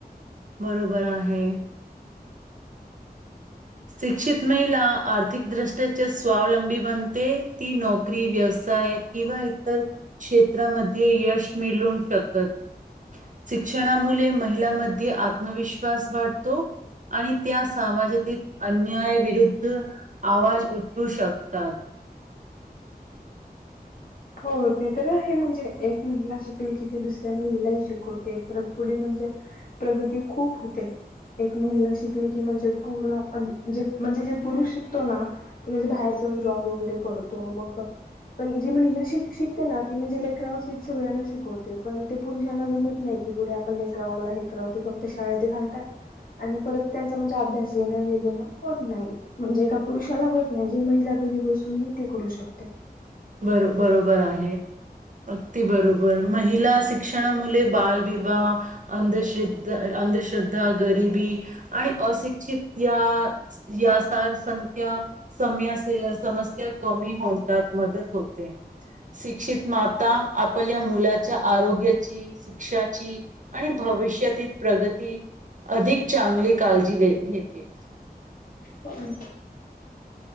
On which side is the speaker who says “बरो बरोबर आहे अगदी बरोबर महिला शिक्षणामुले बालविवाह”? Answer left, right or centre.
Right